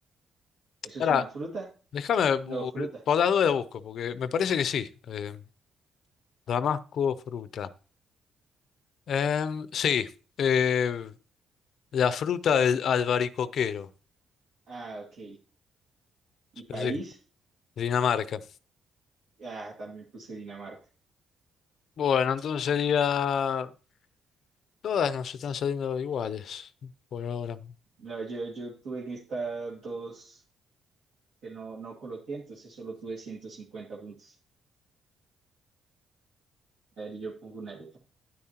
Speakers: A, on the right; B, on the left.
A: ¿eso
B: Ahora,
A: es una fruta?
B: déjame, bu-
A: No, fruta.
B: por la duda busco, porque me parece que sí. eh, Damasco, fruta. Em, sí, eh, la fruta del albaricoquero.
A: Ah, ok. Y
B: Pero
A: país,
B: sí, Dinamarca.
A: ah, también puse Dinamarca.
B: Bueno, entonces sería... Todas nos están saliendo iguales por ahora.
A: No, yo, yo tuve en estas dos que no, no coloqué, entonces solo tuve 150 puntos. A ver, yo pongo una letra.